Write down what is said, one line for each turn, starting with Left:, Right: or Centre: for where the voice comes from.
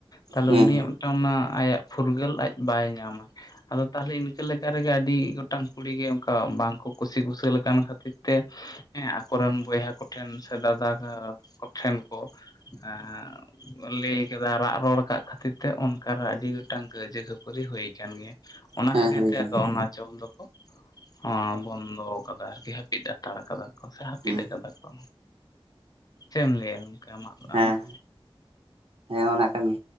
Left: ᱛᱟᱦᱞᱮ
Right: ᱦᱮᱸ ᱦᱮᱸ
Left: ᱩᱱᱤᱭᱟᱜ
Right: ᱦᱮᱸ
Left: ᱢᱤᱫᱴᱟᱝ ᱚᱱᱟ ᱟᱭᱟᱜ ᱯᱷᱩᱨᱜᱟᱹᱞ ᱟᱡ ᱵᱟᱭ ᱧᱟᱢᱟ ᱾ ᱟᱫᱚ ᱛᱟᱦᱚᱞᱮ ᱤᱱᱠᱟᱹ ᱞᱮᱠᱟ ᱨᱮᱜᱮ ᱟᱹᱰᱤ ᱜᱚᱴᱟᱝ ᱠᱩᱲᱤ ᱜᱮ ᱚᱝᱠᱟ ᱵᱟᱝᱠᱚ ᱠᱩᱥᱤ ᱠᱩᱥᱟᱹᱞ ᱠᱟᱱ ᱠᱷᱟᱹᱛᱤᱨ ᱛᱮ ᱦᱮᱸ ᱟᱠᱚᱨᱮᱱ ᱵᱚᱭᱦᱟ ᱠᱚᱴᱷᱮᱱ ᱥᱮ ᱫᱟᱫᱟ ᱠᱚᱴᱷᱮᱱ ᱠᱚ <unintelligible> ᱦᱮᱸ ᱦᱮᱸ ᱞᱟᱹᱭ ᱟᱠᱟᱫᱟ ᱨᱟᱜ ᱨᱚᱲ ᱟᱠᱟᱜ ᱠᱷᱟᱹᱛᱤᱨ ᱛᱮ ᱚᱱᱠᱟᱨᱮ ᱟᱹᱰᱤ ᱜᱚᱴᱟᱝ ᱠᱟᱹᱭᱡᱟᱹ ᱠᱷᱟᱹᱯᱟᱹᱨᱤ ᱦᱩᱭ ᱟᱠᱟᱱ ᱜᱮᱭᱟ ᱚᱱᱟ
Right: ᱦᱮᱸ
Left: ᱠᱷᱟᱹᱛᱤᱨ
Right: ᱦᱩᱭ
Left: ᱛᱮ
Right: ᱟᱠᱟᱱᱟ
Left: ᱟᱫᱚ ᱚᱱᱟ ᱪᱚᱞ ᱫᱚᱠᱚ ᱚᱸ ᱵᱚᱱᱫᱚ ᱫᱚ ᱟᱨᱠᱤ ᱦᱟᱹᱯᱤᱫ ᱦᱟᱛᱟᱲ ᱠᱟᱫᱟ ᱠᱚ ᱥᱮ ᱦᱟᱹᱯᱤᱫ
Right: ᱦᱮᱸ
Left: ᱟᱠᱟᱫᱟ ᱠᱚ ᱪᱮᱢ ᱞᱟᱹᱭᱟ ᱜᱚᱝᱠᱮ ᱟᱢᱟᱜ
Right: ᱦᱮᱸ
Left: ᱟᱢᱟᱜ
Right: ᱦᱮᱸ ᱚᱱᱟ ᱠᱟᱱ ᱜᱮ